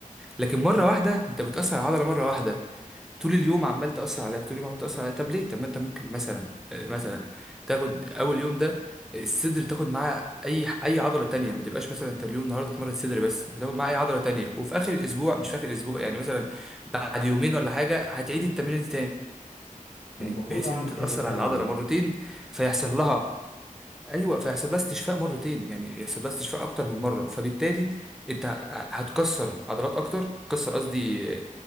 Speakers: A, in the centre; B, on the left (about 80°).
A: لكن مره واحده انت بتاثر على العضله مره واحده طول اليوم عمال تأثر عليها طول اليوم عمال تأثر عليها طب ليه طب ما انت ممكن مثلا آه، مثلا تاخد اول يوم ده الصدر تاخد معاه اي اي عضله تانية ما تبقاش مثلا انت اليوم النهارده اتمرن صدر بس بتاخد معاه اي عضله تانية وفي اخر الاسبوع مش في اخر الاسبوع يعني مثلا بعد يومين ولا حاجه هتعيد التمرينه دي تاني
B: المفروض
A: بحيث
B: اعمل
A: ان انت
B: كده
A: تاثر
B: فعلا
A: على العضله
B: اه
A: مرتين فيحصل لها ايوه فيحصل لها استشفاء مرتين يعني يحصل لها استشفاء اكتر من مره فبالتالي انت ه- هتكسر عضلات اكتر تكسر قصدي آه،